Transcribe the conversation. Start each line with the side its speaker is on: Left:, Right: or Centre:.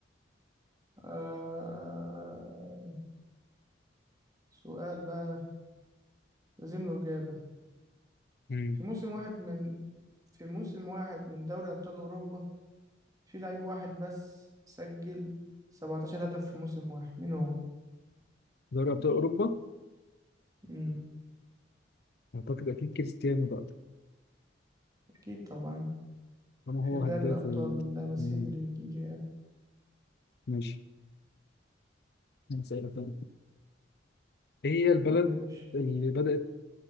Right: آه، سؤال بقى لازم له إجابة
Left: امم
Right: في موسم واحد من في موسم واحد من دوري أبطال أوروبا في لعيب واحد بس سجل 17 هدف في موسم واحد مين هو؟
Left: دوري ابطال اوروبا
Right: مم.
Left: اعتقد اكيد كريستيانو بقى
Right: أكيد طبعا
Left: طالما
Right: في
Left: هو
Right: دوري
Left: هداف
Right: الأبطال
Left: ال-
Right: لا مثيل
Left: مم.
Right: للريال
Left: ماشي أنا اسالك أنا. ايه هي البلد
Right: قول يا باشا
Left: اللي بدات